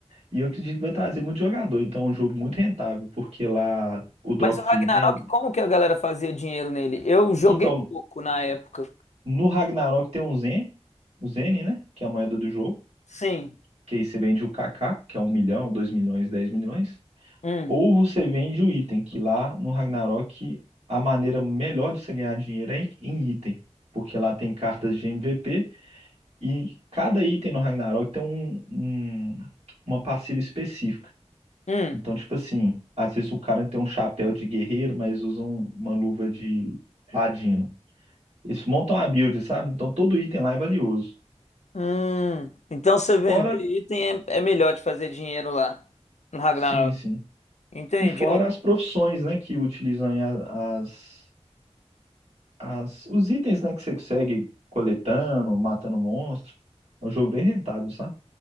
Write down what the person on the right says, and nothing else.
e eu acredito que vai trazer muito jogador. Então é um jogo muito rentável, porque lá o drop
de item,
é,
então
no Ragnarok tem um Zen, o Zen, né, que é a moeda do jogo.
Que aí você vende o KK, que é um milhão, dois milhões, dez milhões.
Ou você vende o item, que lá no Ragnarok a maneira melhor de você ganhar dinheiro é em em item, porque lá tem cartas de MVP e cada item no Ragnarok tem um, um- uma passiva específica.
Então, tipo assim, às vezes o cara tem um chapéu de guerreiro, mas usa um- uma luva de ladino. Eles montam a build, sabe? Então todo item lá é valioso.
Fora,
sim, sim.
E fora as profissões, né, que utilizam aí a- as. as, os itens, né, que você consegue coletando, matando monstro. É um jogo bem rentável, sabe?